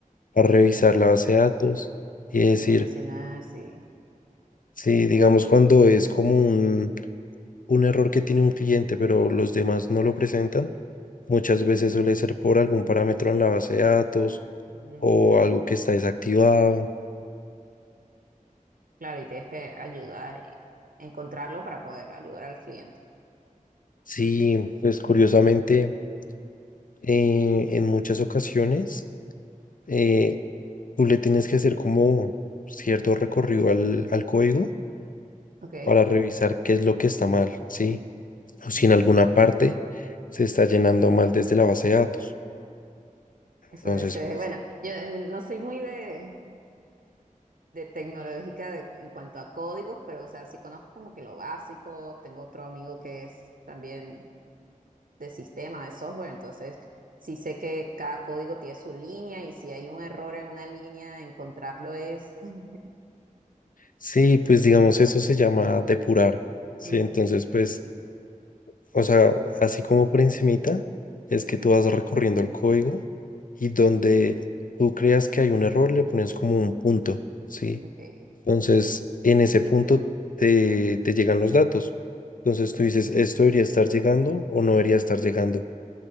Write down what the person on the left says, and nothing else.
a revisar la base de datos y decir,
sí, digamos cuando es como un, un error que tiene un cliente pero los demás no lo presentan, muchas veces suele ser por algún parámetro en la base de datos
o algo que está desactivado.
Sí, pues curiosamente eh, en muchas ocasiones eh, tú le tienes que hacer como cierto recorrido al al código
para revisar qué es lo que está mal, ¿sí?
O si en alguna parte se está llenando mal desde la base de datos.
Entonces,
pues,
sí, pues digamos, eso se llama depurar, ¿sí?
Entonces, pues, o sea, así como por encimita, es que tú vas recorriendo el código y donde tú creas que hay un error, le pones como un punto, ¿sí?
Entonces, en ese punto te, te llegan los datos. Entonces tú dices, esto debería estar llegando o no debería estar llegando.